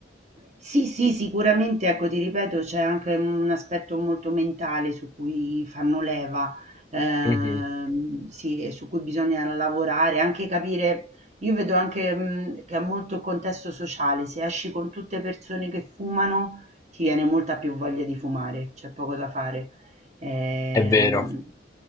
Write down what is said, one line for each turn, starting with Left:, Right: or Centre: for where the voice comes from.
Right: Sì, sì, sicuramente, ecco, ti ripeto, c'è anche un aspetto molto mentale su cui fanno leva, ehm,
Left: Mhm.
Right: sì, e su cui bisogna lavorare, anche capire, io vedo anche, mh, che ha molto il contesto sociale, se esci con tutte persone che fumano, ti viene molta più voglia di fumare, c'è poco da fare. Ehm,
Left: È vero.